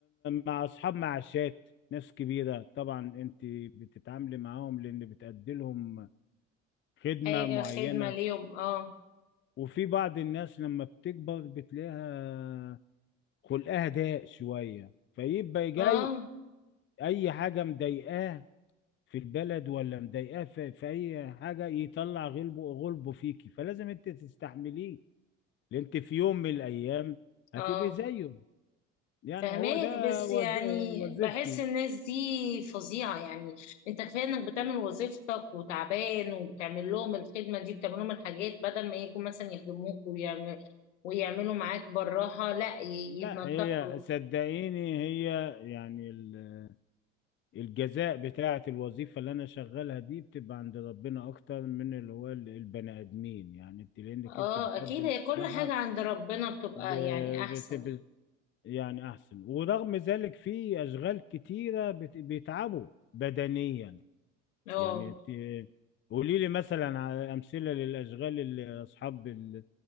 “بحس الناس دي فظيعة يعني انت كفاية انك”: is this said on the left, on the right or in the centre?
Left